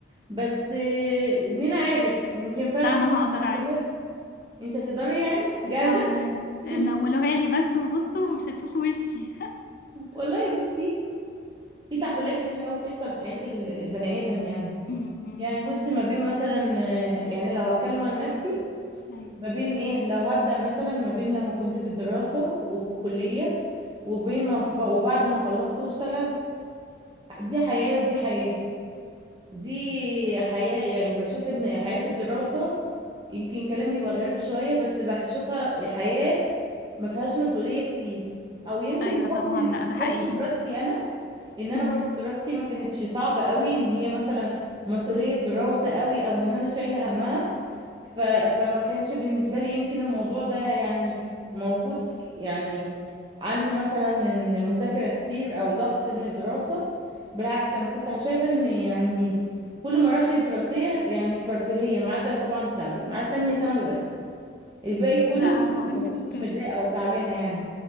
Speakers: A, on the right (about 25°); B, on the left (about 55°).
A: بس آه، مين عارف يمكن فعلا
B: لا
A: رأيك
B: انا هقدر عادي
A: يتغير. انت هتقدري يعني جاهزة
B: اه عادي
A: <laughs>
B: نولوها لي بس وبصوا مش هتشوفوا وشي
A: والله بصي في تحولات كتير قوي بتحصل في حياة ال- البني آدم يعني
B: <laughs> امم
A: يعني بصي ما بين مثلا آه، يعني لو هتكلم عن نفسي
B: ايوه
A: ما بين ايه لو هبدأ مثلا ما بين لما كنت في الدراسة وفي الكلية وبين ما ب- وبعد ما خلصت واشتغلت دي حياة ودي حياة دي حياة يعني بشوف ان حياة الدراسة يمكن كلامي يبقى غريب شوية بس بشوفها حياة ما فيهاش مسؤولية كتير او يمكن
B: ايوه
A: بحكم
B: طبعا لا ده حقيقي
A: بحكم دراستي انا ان انا
B: امم
A: برضه دراستي ما كانتش صعبة قوي ان هي مثلا مسؤولية دراسة قوي او ان انا شايلة همها ف... فما كانش بالنسبة لي يمكن الموضوع ده يعني موجود يعني عندي مثلا ان مذاكرة كتير او ضغط من الدراسة بالعكس انا كنت شايفة ان يعني كل مراحل الدراسية يعني ترفيهية ما عدا طبعا ثانوي ما عدا تانية ثانوي بس الباقي كله
B: لا
A: ما
B: هقول
A: ما
B: لك
A: كنتش متضايقة او تعبانة يعني